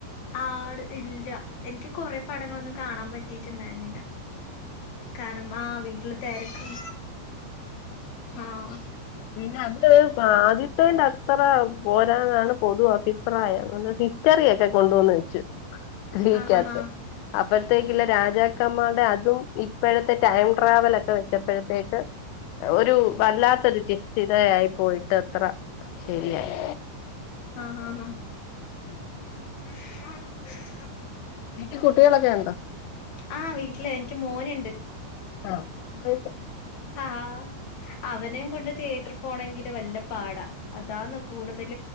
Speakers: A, on the left (about 65°); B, on the left (about 85°).
A: ആട് ഇല്ല എനിക്ക് കൊറെേ പടങ്ങളൊന്നും കാണാൻ പറ്റിട്ടുണ്ടായിരുന്നില്ല. കാരണം ആ വീട്ടില് തിരക്കും ആഹ
B: പിന്നെ അത് ആദ്യത്തേന്റെ അത്ര പോരാന്നാണ് പൊതു അഭിപ്രായം കറിയൊക്കെ കൊണ്ടെന്നു വെച്ച തീകത്.
A: ആഹ് ആഹ്
B: അപ്പഴത്തേക്കുള്ള രാജാക്കന്മാരുടെ അതും ഇപ്പോഴത്തെ ടൈം ട്രാവൽ ഒക്കെ വെച്ചപ്പോഴത്തേക്ക് ഒരു വല്ലാത്തൊരു സ്ഥിതയായി പോയിട്ട് അത്ര ശരിയായി
A: ആഹ് ആഹ് ആഹ്
B: ഉം
A: <unintelligible>
B: വീട്ടിൽ കുട്ടികളൊക്കെ ഉണ്ടോ
A: ആഹ് വീട്ടില എനിക്ക് മോനുണ്ട്
B: ആഹ് കൈച്ചോ
A: ആഹ് അവനെയും കൊണ്ട് തിയേറ്റർ പോണമെങ്കില് വല്ല്യ പാടാ അതാണ് കൂടുതൽ